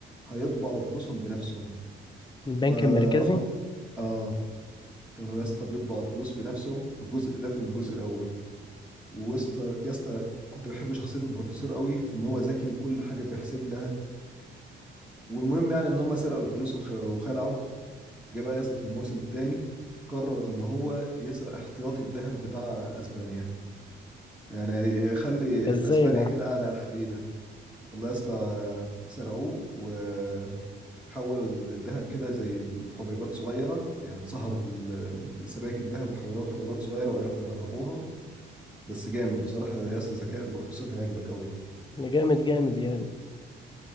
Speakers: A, in the centre; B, on the left.
A: هيطبعوا فلوسهم بنفسهم
B: البنك
A: فراحوا
B: المركزي
A: اه كانوا يا اسطى بيطبعوا الفلوس بنفسهم في الجزء ده في الجزء الاول ويسطا يا اسطى كنت بحب شخصيه البروفيسور قوي في ان هو ذكي وكل حاجه بيحسب لها والمهم يعني ان هم سرقوا الفلوس وخ- وخلعوا جه بقى يا اسطى في الموسم الثاني قرر ان هو يسرق احتياطي الذهب بتاع اسبانيا يعني يخلي
B: ده ازاي
A: اسبانيا
B: ده
A: كده قاعده على الحديده والله يا اسطى سرقوه وحولوا الذهب كده زي الحبيبات صغيره يعني سهروا ال- سبائك الذهب وحولوها لحبيبات صغيره وعرفوا يهربوها بس جامد بصراحة يا اسطى ذكاء البروفيسور هيعجبك قوي
B: ده جامد جامد يعني